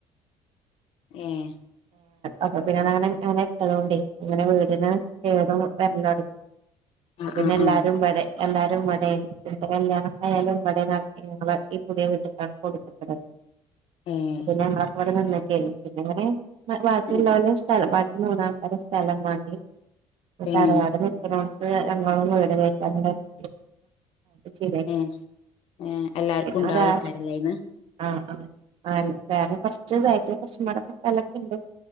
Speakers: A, on the left; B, on the right.
A: ആഏ
B: അപ്പൊ പിന്നെ അതങ്ങനെ അങ്ങനെ എട്ടതൊണ്ട്േ അങ്ങനെ വീടന്ന് വീടും വരല്ലോ തുടങ്ങ
A: ആഹ്
B: പിന്നെ
A: ആഹ്
B: എല്ലാരും
A: ആഹ്
B: എല്ലാരുംട പിന്റെ കല്യാണായാലുംട ഞങ്ങള് ഈ പുതിയ വീട്ടക്കാണ് കൊടുക്കട്ടത്
A: ഏഹ്
B: പിന്നെ ഞങ്ങളവിടെ നിന്ന നെ ബാക്കിയുള്ള
A: ഉം
B: സ്ഥലം ബാക്കി മൂന്ന് ആൾക്കരു സ്ഥലം വാങ്ങി
A: ഏഹ്
B: തറവാട് നിക്കക്ക് ഞും വീട് കക്കാനുള്ള രീൽ ശരിയാക്കി
A: ഏഹ് എല്ലാർക്കും
B: പിന്നെ
A: ഉണ്ടാവോ
B: ഒരാ
A: ഇക്കാരല്ലേ ഇന്ന്
B: ആ ആ വേറെ കുറച്ച് വേഗ പ്രശ്നങ്ങളടൊക്കെ സ്ഥലമൊക്കെ ഉണ്ട്